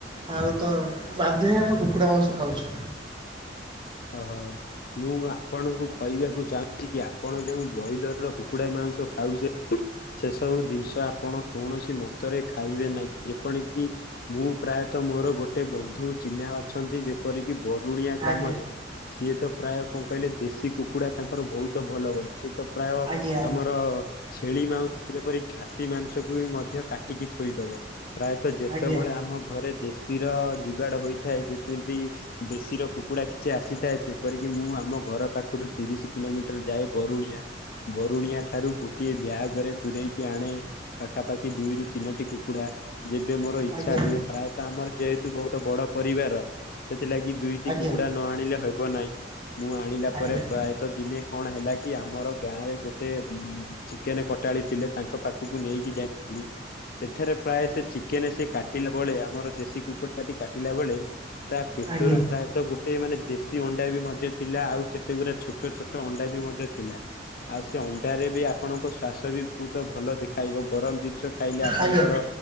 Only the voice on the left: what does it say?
ଓହୋ। ମୁଁ ଆପଣଙ୍କୁ କହିବାକୁ ଚାହୁଁଛି କି ଆପଣ ଯେଉଁ ବ୍ରଏଲର ର କୁକୁଡ଼ା ମାଂଉସ ଖାଉଛନ୍ତି ସେ ସବୁ ଜିନିଷ ଆପଣ କୌଣସି ମତରେ ଖାଇବେ ନାହିଁ ଯେପଣି କିି ମୁଁ ପ୍ରାୟତଃ ମୋର ଗୋଟେ ବନ୍ଧୁ ଚିହ୍ନା ଅଛନ୍ତି ଯେପରିକି ବରୁଣିଆ ଗ୍ରାମରେ
ସିଏ ତ ପ୍ରାୟ କଣ କହିଲେ ଦେଶୀ କୁକୁଡ଼ା ତାଙ୍କର ବହୁତ ଭଲ ଭଲ ସିଏ ତ ପ୍ରାୟ
ଆମର ଛେଳି ମାଂଉସ ଯେପରି ଖାସି ମାଂସକୁ ବି ମଧ୍ୟ କାଟିକି ଥୋଇଦବ ପ୍ରାୟ ତ ଯେତେବେଳେ
ଆମ ଘରେ ଦେଶୀର ଯୁଗାଡ ହୋଇଥାଏ ଯେମିତି ଦେଶୀର କୁକୁଡା କି ଛି ଆସିଥାଏ ଯେପରିକି ମୁଁ ଆମ ଘର ପାଖରୁ ତିରିଶ କିଲୋମିଟର ଯାଏ ବରୁଣିଆ ବରୁଣିଆ ଠାରୁ ଗୋଟିଏ ବ୍ୟାଗରେ ପୂରେଇକି ଆଣେ ପାଖାପାଖି ଦୁଇରୁ ତିନୋଟି କୁକୁଡ଼ା ଯେବେ ମୋର ଇଚ୍ଛା
ହୁଏ ପ୍ରାୟତଃ ଆମର ଯେହେତୁ ବହୁତ ବଡ ପରିବାର ସେଥିଲାଗି ଦୁଇଟି
କୁକୁ ଡା ନ ଆଣିଲେ ହେବ ନାହିଁ ମୁଁ ଆଣିଲା
ପରେ ପ୍ରାଏ ତ ଦିନେ କଣ ହେଲା କି ଆମର ଗାଁ ରେ ଗୋଟେ ଉଁ ଚିକେନ କଟାଳି ଥିଲେ ତାଙ୍କ ପାଖକୁ ନେଇକି ଯାଇଥିଲି ସେଠାରେ ପ୍ରାଏ ସେ ଚିକେନ ସେ କାଟିଲା ବେଳେ ଆମର ଦେଶୀ କୁକୁ ଡ଼ା ଟି କାଟିଲା ବେଳେ ତା ପେଟରୁ
ପ୍ରାୟତଃ ଗୋ ଗୋଟେ ମାନେ ଦେଶୀ ଅଣ୍ଡା ବି ମଧ୍ୟ ଥିଲା ଆଉ କେତେ ଗୁରେ ଛୋଟ ଛୋଟ ଅଣ୍ଡା ବି ମଧ୍ୟ ଥିଲା। ଆଉ ସେ ଅଣ୍ଡାରେ ବି ଆପଣଙ୍କ ଶ୍ୱାସ ବି ବହୁତ ଭଲ ଦେଖାଇବ ଗରମ ଜିନିଷ ଖାଇଲେ ଆପଣଙ୍କର